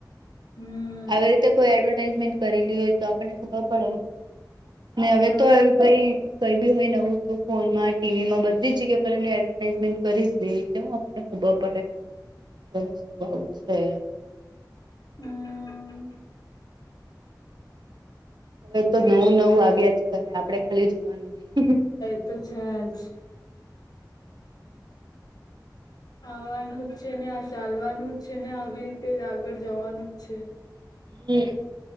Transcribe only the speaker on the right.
આવી રીતે કોઈ એડવર્ટાઈઝમેન્ટ કરેલી હૈ તો આપણને ખબર પડે હવે
તો અએમ કઈ કઈ બી હોય નવું તો ફોનમાં ટીવીમાં બધી જગ્યા પર એમની એડવર્ટાઈઝમેન્ટ કરી જ દે એટલે હું. આપને ખબર પડે કે વસ્તુ આવું છે.
હવે તો નવું નવું આવ્યા જ કરે આપડે ખાલી જોવાનું હોય.
હમ્મ.